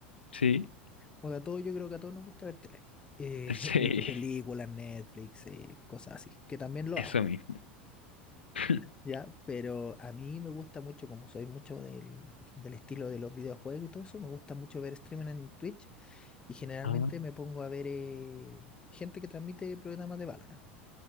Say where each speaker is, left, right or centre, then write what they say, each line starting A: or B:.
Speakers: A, on the left; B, on the left.
A: Sí,
B: Porque a todos, yo creo que a todos nos gusta ver tele. Eh,
A: <laughs> sí,
B: <laughs> de hecho, películas, Netflix, eh, cosas así, que también lo
A: eso
B: hago,
A: mismo. <laughs>
B: ¿ya? Pero a mí me gusta mucho, como soy mucho del, del estilo de los videojuegos y todo eso, me gusta mucho ver streaming en Twitch Y generalmente
A: Ah,
B: me pongo a ver eh, gente que transmite programas de Valorant.